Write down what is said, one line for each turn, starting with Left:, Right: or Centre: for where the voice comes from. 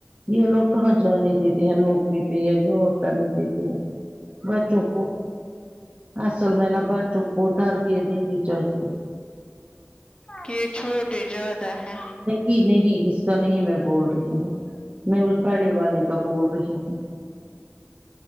Right: یہ لوگ کہاں جانے دیتے ہیں نوکری پہ یا جاب کرنے دیتے ہیں بچوں کو اصل میں نبا بچوں کو تربیت دینی چاہیے
Left: کہ یہ چھوٹے زیادہ ہے
Right: نہیں نہیں اس کا نہیں میں بول رہی ہوں میں اس بڑے والے کا بول رہی ہوں